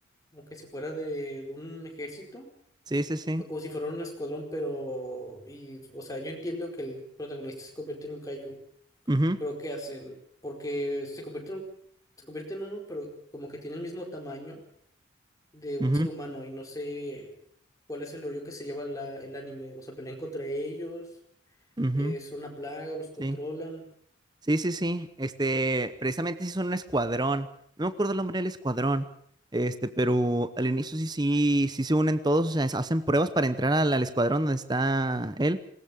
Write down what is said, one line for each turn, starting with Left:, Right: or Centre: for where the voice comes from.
Left: como que si fuera de, de un ejército.
Right: Sí, sí, sí.
Left: o como si fueran un escuadrón, pero, y, o sea, yo entiendo que el protagonista se convierte en un kaiju,
Right: Ujú,
Left: pero ¿qué hacen? Porque se convierte en, un- se convierte en uno, pero como que tiene el mismo tamaño de un
Right: ujú,
Left: ser humano y no sé cuál es el rollo que se lleva la, el anime, o sea, pelean contra ellos,
Right: ujú.
Left: es una plaga, los controlan,
Right: Sí, sí, sí, sí. Este, precisamente sí son un escuadrón. No me acuerdo el nombre del escuadrón. Este, pero al inicio sí, sí, sí se unen todos, o sea, hacen pruebas para entrar al, al escuadrón donde está él.